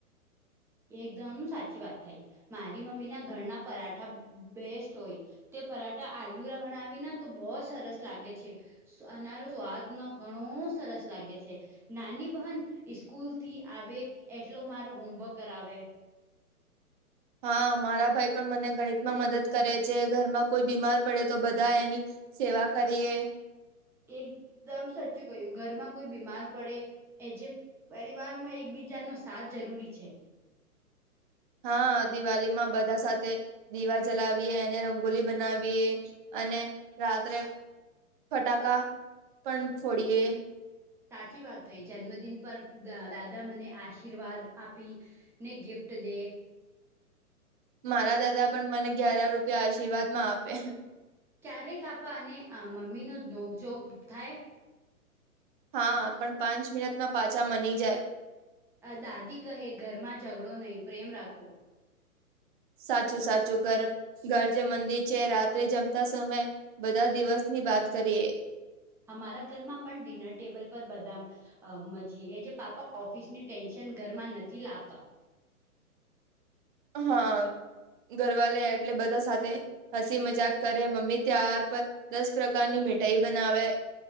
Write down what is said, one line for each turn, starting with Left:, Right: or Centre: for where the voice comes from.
Centre: એકદમ સાચી વાત થાય મારી મમ્મી ના ઘરના પરાઠા બેસ્ટ હોય. તે પરાઠા આલુરા બનાવીને તો બહ સરસ લાગે છે. અરો સ્વાદ ન ઘણો સરસ- - લાગે છે નાની બહેન સ્કુલ થી આવે એટલો મારો હોમવર્ક કરાવે.
Right: હા મારા ભાઈ પણ મને ગણિતમાં મદદ કરે છે ઘરમાં કોઈ બીમાર પડે તો બધા એની- - સેવા કરીએ.
Centre: એકદમ સાચું કહ્યું ઘરમાં કોઈ બીમાર પડે એ જે- - પરિવારમાં એકબીજાનો સાથ જરૂરી છે.
Right: હા દિવાળી માં બધા સાથે દીવા જલાવીએ અનેને રંગોલી બનાવીએ અને રાત્રે ફટાકા પણ ફોડીએ
Centre: સાચી વાત હોય જન્મદિન પર દાદા મને આશીર્વાદ આપી નહી ગિફ્ટ દે
Right: મારા દાદા પણ મને ગ્યાર રૂપિયા આશીર્વાદ માં આપે
Centre: ક્યારેક આપપા અને મમ્મીનો નોકજોક થાય
Right: હા પણ પાંચ મિનટમાં પાછા મની જાય
Centre: દાદી કહે ઘરમાં ઝઘડો નહીિ પ્રેમ રાખો
Right: સાચું સાચું ઘર ઘર જે મંદિર છે રાત્રે જમતા સમય બધા દિવસની વાત કરીએ
Centre: અમારા ઘરમાં પણ ડિનર ટેબલ પર બદામ અ મજી એ જે પાપા ઓફિસ ની ટેન્શન ઘરમાં નથી લાવતા
Right: હા ઘરવાલે એટલે બધા સાથે હસી મજાક કરે મમ્મી ત્યાાર પર દસ પ્રકારની મીઠાઈ બનાવે